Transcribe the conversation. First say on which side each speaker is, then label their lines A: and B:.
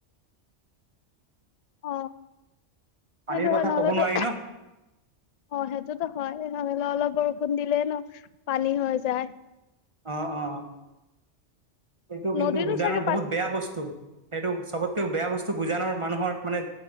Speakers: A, on the right; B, on the left.
A: <unintelligible>
B: অ
A: পানীৰ
B: সেটো
A: কথা
B: হয় নহলেটো।
A: ক'ব নোৱাৰি ন।
B: অ সেইটোতো হয় নহলেও অলপ বৰষুণ দিলে ন পানী হৈ যায়।
A: অ অ এইটো কিন্তু
B: নদীৰো
A: উুজানৰ
B: চাগে পানী
A: বহুত বেয়া বস্তু সেইটো চবত। কে বেয়া বস্তু গুজানৰ মানুহৰ মানে